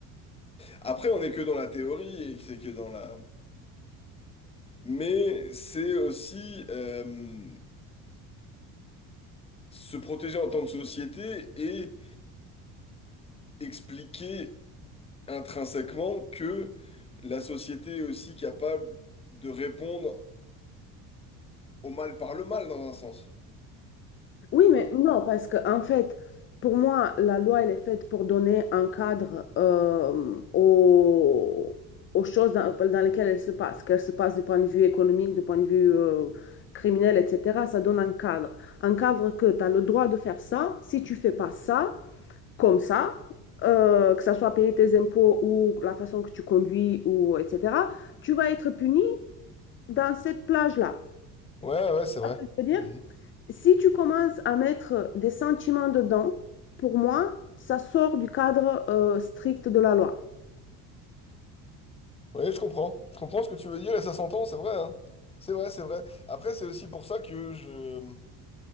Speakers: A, on the left; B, on the left.
A: Après, on n'est que dans la théorie et c'est que dans la Mais c'est aussi euh, se protéger en tant que société et expliquer intrinsèquement que la société est aussi capable de répondre au mal par le mal, dans un sens.
B: Oui, mais non, parce que en fait, pour moi, la loi, elle est faite pour donner un cadre euh, aux, aux choses dans, dans lesquelles elle se passe, qu'elle se passe du point de vue économique, du point de vue euh, criminel, etc. Ça donne un cadre. Un cadre que tu as le droit de faire ça, si tu fais pas ça, comme ça, euh, que ça soit payer tes impôts ou la façon que tu conduis, ou etc., tu vas être puni dans cette plage-là.
A: Ouais, ouais, c'est vrai.
B: Je veux dire
A: Mhm.
B: si tu commences à mettre des sentiments dedans, pour moi, ça sort du cadre euh, strict de la loi.
A: Ouais, je comprends. Je comprends ce que tu veux dire et ça s'entend, c'est vrai, hein. C'est vrai, c'est vrai. Après, c'est aussi pour ça que je